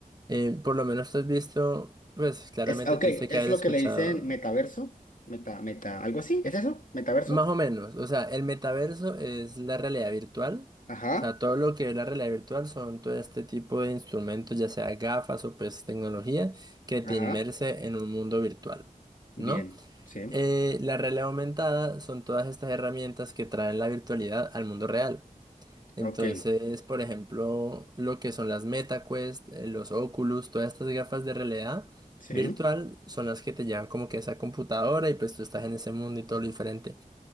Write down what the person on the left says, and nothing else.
Es, ah, ok,
es
lo
que le dicen metaverso, meta, meta, algo así, ¿es eso? ¿Metaverso?
Ajá,
ajá,
bien,
sí,
ok,
sí,